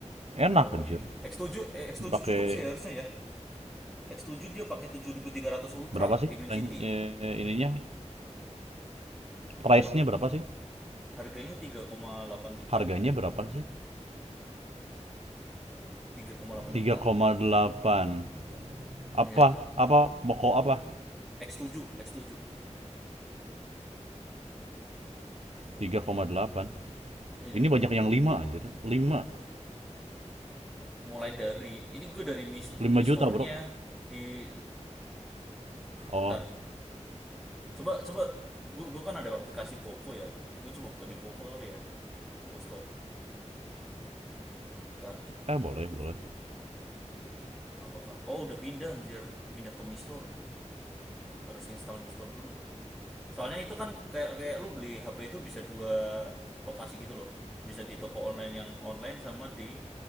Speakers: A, on the right; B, in the centre.
A: Enak
B: oh
A: anjir,
B: iya X7 eh, X7
A: dipakai
B: cukup sih harusnya ya X7 dia pakai 7300 Ultra
A: berapa sih
B: Dimensity
A: range eee, ininya, price-nya
B: kenapa
A: berapa sih?
B: Harganya tiga koma delapan juta.
A: Harganya berapa sih?
B: tiga koma delapan
A: Tiga
B: juta.
A: koma delapan apa
B: Iya.
A: apa pokok apa?
B: X7, X7.
A: Tiga koma delapan.
B: Iya.
A: Ini banyak yang 5 anjir, Lima
B: Mulai dari ini gue dari Mi,
A: lima
B: Mi
A: juta
B: Store-nya
A: Bro.
B: di
A: Oh,
B: ntar. Coba coba gue, gue kan ada aplikasi Poco ya. Gue coba buka di Poco kali ya. Poco Store. Ntar.
A: eh boleh boleh.
B: Apakah Oh, udah pindah anjir. Pindah ke Mi Store. Harus install Mi Store dulu. Soalnya itu kan kayak kayak lu beli HP itu bisa dua lokasi gitu loh. Bisa di toko online yang online sama di